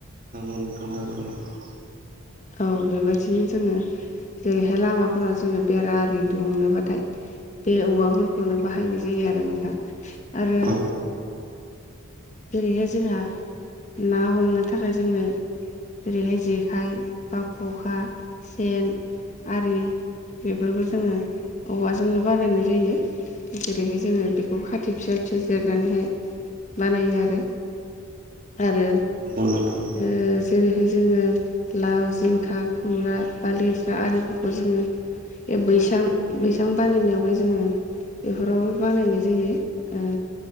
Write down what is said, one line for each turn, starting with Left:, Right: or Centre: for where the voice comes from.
Right: <unintelligible>
Left: औ बेबादिनो जोङो जेरैहाय लामाफोराव जोङो बेरा आरि दुमनोबाथाय बे औवाफोरखौनो बाहायनाय जायो आरो नोंथां। आरो
Right: औ
Left: जेरैहाय जोंहा ना हमनो थाखाय जोंनो ओेरैहाय जेखाइ, बा ख'खा, सेन आरि बेफोरबो जोङो औवाजोंनो बानायनाय जायो। जेरैहाय जोङो बेखौ खाथि फिसा फिसा जिरनानैहाय बानायो आरो। आरो
Right: नंगौ नोंथां
Left: ओ जेरैहाय जोङो लाव, जिंखा, खुमब्रा, बा लेस्रा आरिफोरखौ जोङो बे बैसां बैसां बानायनायावहाय जोङो बेफोरावबो बानायनाय जायो ओ